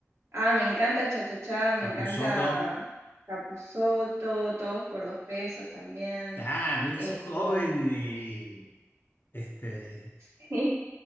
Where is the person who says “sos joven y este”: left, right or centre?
Left